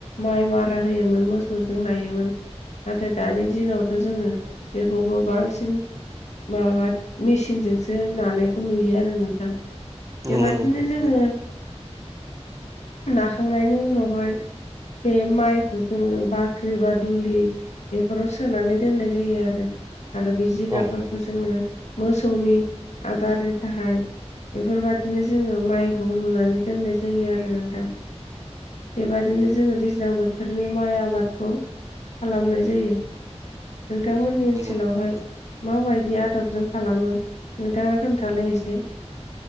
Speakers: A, on the left (about 80°); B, on the right (about 30°).
A: माइ मारा होयोमोन मोसौजों नायोमोन। नाथाय दानि दिनावथ' जोङो बेखौबो बांसिन माबा मेचिनजोंसो नानायखौ नुयो आरो नोंथां
B: नंगौ
A: बेबादिनो
B: नोंथां थारैनो नंगौ नोंथां थारैनो
A: जोङो। नाखांनायनि उनावहाय बे माइखौ जोङो बाख्रि बा दुलि बेफोराव सोनानै दोननाय जायो आरो आरो बे जिगाबफोरखौ
B: औ नंगौ नोंथां
A: जोङो मोसौनि आदारनि थाखाय बेफोरबायदिनो जोङो माइखौ लुनानै दोननाय जायो आरो नोंथां बेबायदिनो जोङो दैज्लां बोथोरनि माइ आबादखौ खालामनाय जायो नोंथांमोनि ओनसोलावहाय
B: नंगौ नोंथां थारैनो
A: माबायदि आदबजों खालामो नोंथाङा खोन्थालाय एसे